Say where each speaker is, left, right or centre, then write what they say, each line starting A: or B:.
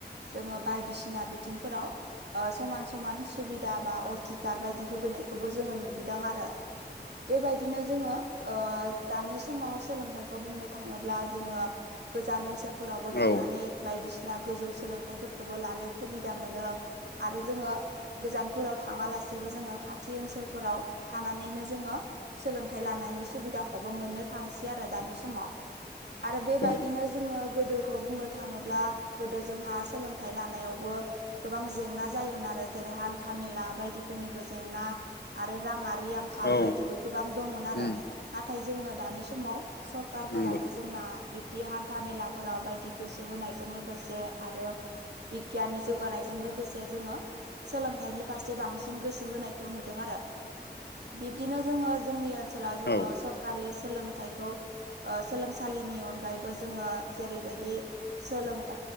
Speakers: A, on the right; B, on the left.
A: जोङो बायदिसिना बिथिंफोराव ओ समान समान सुबिदा बा अटिकार बायदि होबैयनायखौबो जोङो नुबोदों आरो। बेबायदिनो जोङो दानि समाव सोलोंथाइखौ बुंनो थाङोब्ला जोङो गोजान ओनसोलफोरावबो थांनानै
B: औ
A: बायदिसिना गोजौ सोलोंथाइफोरखौबो लानो सुबिदा मोनो आरो जोङो गोजानफोराव थाङालासेबो जोङो खाथि ओनसोलफोराव थानानैनो जोङो सोलोंथाइ लानायनि सुबिदाखौबो मोननो थांसै आरो दानि समाव। आरो बेबायदिनो
B: औ
A: जोङो गोदोखौ बुंनो थाङोब्ला अब्ला गोदो जोंहा सोलोंथाइ लानायावबो गोबां जेंना जायोमोन आरो जेरै हान्था मेला बायदिफोरनिबो जेंना आरो राङारि आंखाल
B: औ
A: बायदिबो गोबां दंमोन आरो
B: उम
A: नाथाय जोङो दानि समाव सरकारफोराबो
B: नंगौ
A: जोंना बिब्दि हान्था मेलाफोराव बायदि गोसो होनाय जों लोगोसे आरो बिगियाननि जौगानायजों लोगोसे जोङो सोलोंथाइनि फारसे बांसिन गोसो होनायखौ नुदों आरो‌। बिब्दिनो जोङो जोंनि ओनसोला जोङो
B: औ
A: स सरखारि सोलोंथाइखौ सोलोंसालिनि अनगायैबो जोङो जेरैबायदि सोलोंथ